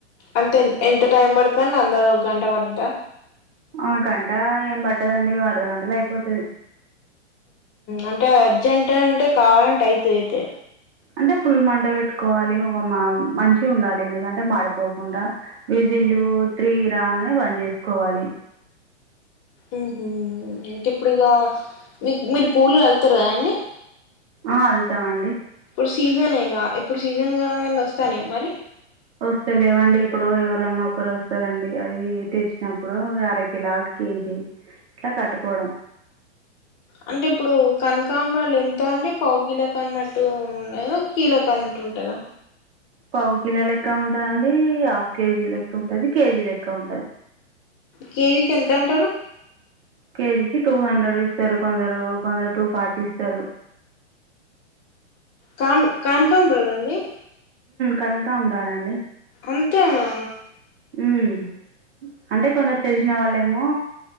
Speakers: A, on the left; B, on the right.
A: అంతే ఎంత టైం పడుతుండి అంద ఒక గంట పడ్తదా
B: ఆ గంట ఏం పట్టదండి అర్ధ గంటల అయిపోతుది
A: అంటే అర్జెంటట్ అంటే కావాలంటే అయితే అయితే
B: అంటే ఫుల్ మంట పెట్టుకోవాలి ఒక మా మంచి ఉండాలి ఎందుకంటే మాడిపోకుండా విజిల్లు త్రీ రాగానే బంద్ చేసుకోవాలి
A: ఉహం ఇంక ఇప్పుడు ఇగ మీ మీరు పూలు వెళ్తారుాద అడి <inaudible>
B: ఆ అలూతం అండి
A: ఇపుడు సీజనే ఇగ ఇపుడు సీజ నిజంగా వస్తానే మరి <inaudible>
B: వస్తాలేవండి ఇప్పుడు ఎవరున్నా ఒకరు వస్తారండి అవి తెచ్చినప్పుడు అరకిలా కేజీ ఇలా కట్టుకోవడం
A: అంటే ఇప్పుడు కనుక కాంబ్రాలు ఎంత అండి పావుకిలకు అన్నట్టు ఉండదా కీలకు అన్నట్టు ఉంటుందా
B: పావు కిలో లెక్క ఉంటదండి హాఫ్ కేజీ లెక్క ఉంటంది కేజీ లెక్క ఉంటది
A: కేజీకి ఎంత అంటారు
B: కేజీకి టూ హండ్రెడ్ ఇస్తారు కొందరు కొందరు టూ ఫార్టీ ఇస్తారు
A: కాన్ కాన్కాం్రాాలండి <inaudible>
B: కనకామరాలండి
A: అంతేనా
B: హుమ్ అంటే కొందరు తెలిసిన వాళ్ళేమో